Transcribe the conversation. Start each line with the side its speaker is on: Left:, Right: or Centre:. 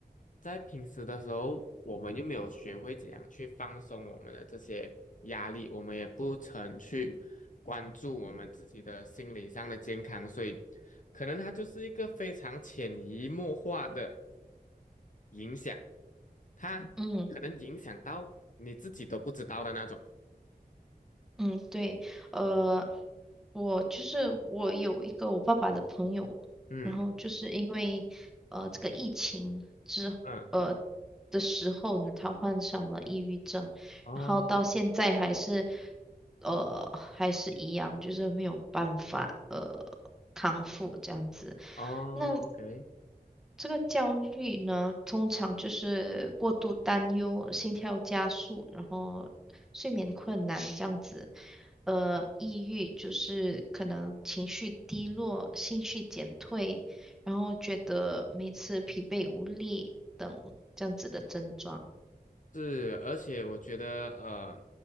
Left: 在平时的时候，我们又没有学会怎样去放松我们的这些压力，我们也不曾去关注我们自己的心理上的健康，所以可能它就是一个非常潜移默化的。影响，他可能影响到你自己都不知道的那种。
Centre: 嗯嗯，对，呃，我就是我有一个我爸爸的朋友，
Left: 嗯
Centre: 然后就是因为呃这个疫情之呃
Left: 嗯，
Centre: 的时候呢，他患上了抑郁症。
Left: 哦
Centre: 然后到现在还是，呃，还是一样，就是没有办法呃康复这样子。
Left: 哦，OK，
Centre: 那这个焦虑呢，通常就是过度担忧、心跳加速，然后睡眠困难这样子。呃，抑郁就是可能情绪低落、兴趣减退，然后觉得每次疲惫无力等这样子的症状。
Left: 是，而且我觉得呃，